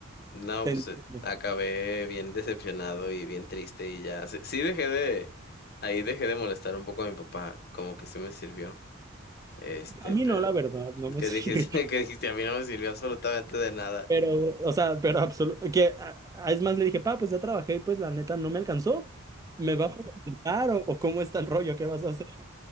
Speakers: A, on the left; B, on the right.
A: no,
B: te
A: pues
B: entiendo.
A: eh, acabé bien decepcionado y bien triste y ya. Sí, sí dejé de, ahí dejé de molestar un poco a mi papá, como que sí me sirvió. Este,
B: A mí
A: pero
B: no, la verdad, no me
A: que
B: sirve.
A: dije, <laughs>
B: <laughs>
A: que dijiste, a mí no me sirvió absolutamente de nada.
B: Pero, o sea, pero absoluto Que a- a- es más, le dije, pa, pues ya trabajé y pues la neta no me alcanzó. ¿Me vas a comprar o, o cómo está el rollo? ¿Qué vas a hacer?